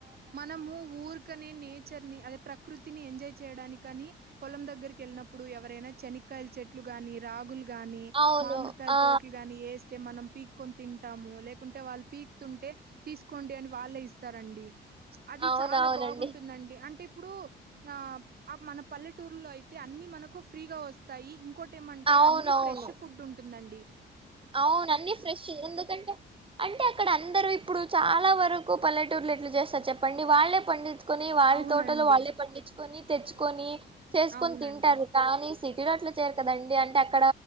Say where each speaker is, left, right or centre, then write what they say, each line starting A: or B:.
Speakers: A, on the right (about 50°); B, on the right (about 25°).
A: మనము ఊర్కనే నేచర్ ని అదే ప్ర కృతిని ఎంజాయ్ చేయడానికి కానీ పొలం దగ్గరకి వెళ్ళినప్పుడు ఎవరైనా చెనకాయల చెట్లు కానీ రాగులు గాని
B: అవును
A: మామిడికాయల
B: ఆ
A: తోటలు గాని ఏసి తే మనం పీక్కొని తింటాము లేకుంటే వాళ్ళు పీక్ తుంటే తీసుకోండి అని వాళ్లే ఇస్తారండి చ్ అది
B: అవునవునండి
A: చాలా బాగుంటుందండి అంటే ఇ ఇప్పుడు ఆ మన పల్లెటూర్లో అయితే అన్ని మనకు ఫ్రీగా వస్తాయి ఇంకో టి ఏమంటే
B: అవునవును
A: అన్ని ఫ్రెష్ ఫుడ్ ఉంటుందం డి
B: అవును అన్నీ ఫ్రెష్ ఎందుకంటే అంటే అక్కడ అందరు ఇప్పుడు చాలా వరకు పల్లెటూర్లు ఎట్లా చేస్తారు చెప్పండి వాళ్లే పండిచు కొని వాళ్ళ
A: అవునండి
B: తోటలో వాళ్ళే పండించు కొని తెచ్చుకొని చేసుకొని
A: అవునండి
B: తింటారు కానీ సిటీ లో అట్ల చేయరు కదండి అంటే అక్కడ